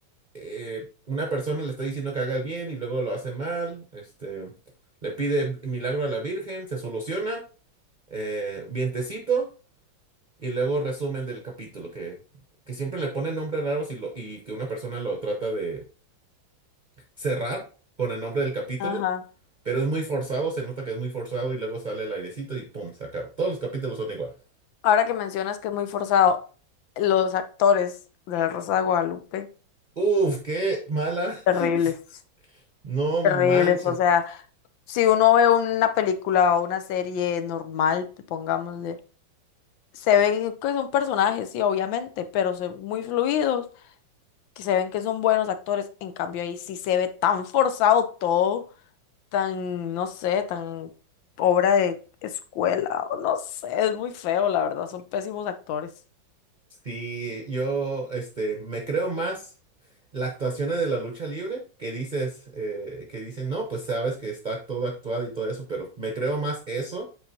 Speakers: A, on the right; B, on the left.
A: eh, una persona le está diciendo que haga el bien y luego lo hace mal, este, le pide milagro a la Virgen, se soluciona, eh, vientecito, y luego resumen del capítulo, que, que siempre le ponen nombres raros y, lo, y que una persona lo trata de cerrar con el nombre del capítulo,
B: Ajá.
A: pero es muy forzado, se nota que es muy forzado y luego sale el airecito y pum, se acaba. Todos los capítulos son iguales.
B: Ahora que mencionas que es muy forzado, los actores de La Rosa de Guadalupe,
A: Uf, qué mala.
B: terribles,
A: <laughs> No
B: terribles.
A: manches.
B: O sea, si uno ve una película o una serie normal, pongámosle, se ven que son personajes, sí, obviamente, pero son muy fluidos, que se ven que son buenos actores. En cambio, ahí sí se ve tan forzado todo, tan, no sé, tan obra de escuela, o no sé, es muy feo, la verdad, son pésimos actores.
A: Sí, yo este, me creo más las actuaciones de la lucha libre, que dices, eh, que dicen, no, pues sabes que está todo actuado y todo eso, pero me creo más eso